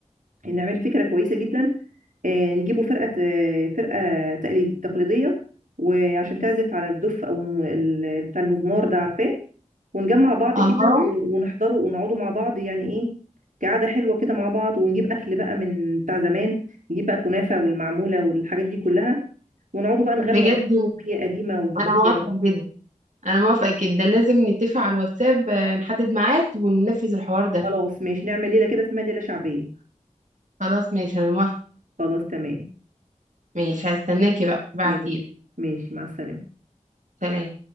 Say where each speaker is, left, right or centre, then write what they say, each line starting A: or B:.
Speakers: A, on the right; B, on the right.
A: إيه نعمل فكرة كويسة جدا آه، نجيبوا فرقة آه، فرقة تقليد تقليدية وعشان تعزف على الدف أو الم- ال- بتاع المزمار ده عارفاه ونجمع بعض كده
B: الله
A: و- ونحضره ونقعدوا مع بعض يعني ايه كعادة حلوة كده مع بعض ونجيب أكل بقى من بتاع زمان نجيب بقى كنافة والمعمولة والحاجات دي كلها ونقعدوا بقى نغنوا
B: بجد
A: أغاني شعبية قديمة وجديدة
B: أنا موافقة جدا أنا موافقة جدا لازم نتفق على الواتساب آه، نحدد ميعاد وننفذ الحوار ده
A: خلاص ماشي نعمل ليلة كده اسمها ليلة شعبية
B: خلاص ماشي أنا موافقة
A: خلاص تمام
B: ماشي هستناكي بقى ابعتيلي
A: ماشي ماشي مع السلامة
B: سلام